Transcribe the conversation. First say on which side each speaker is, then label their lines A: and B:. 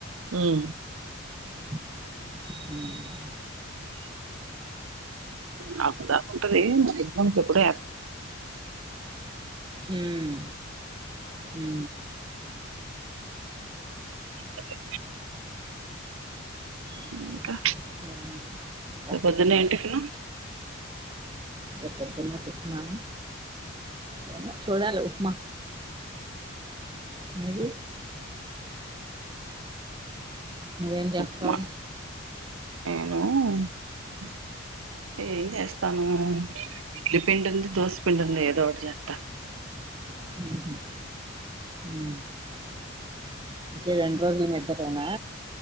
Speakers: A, on the right (about 75°); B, on the right (about 20°).
A: ఉమ్
B: ఉమ్
A: నాదా ఉంటుంది ఎగ్జామ్స్ ఎప్పుడూ
B: ఉమ్ ఉ
A: అదే
B: ఇంకేంటి?
A: ఇంకా
B: ఉమ్, ఇంకా
A: రే పొద్దున్నే ఏమ్ టిఫెన్
B: రే పొద్దున్న టిఫెన్ ఆ ఏమో చూడాల ఉప్మా మీది నువ్వేం చేస్తావ్
A: ఉప్మా <unintelligible> ఏమ్ చేస్తాను ఇడ్లీ పిండి ఉంది దోశ పిండి ఉంది ఏదో ఒకటి చేత్తా
B: <inaudible> ఈ రెండ్రోజలు మతురనా